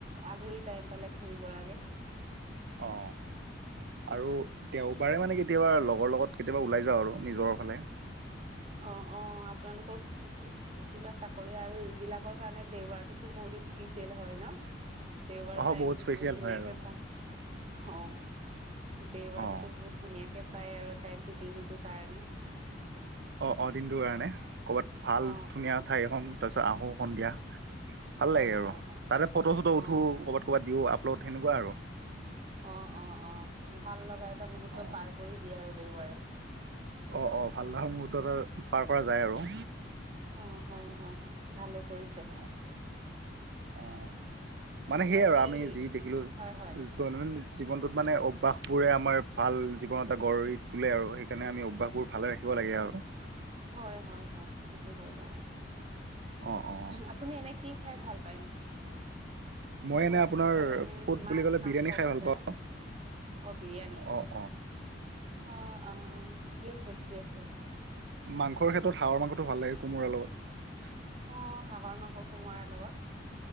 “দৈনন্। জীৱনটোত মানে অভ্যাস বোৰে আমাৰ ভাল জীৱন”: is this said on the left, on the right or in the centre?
Right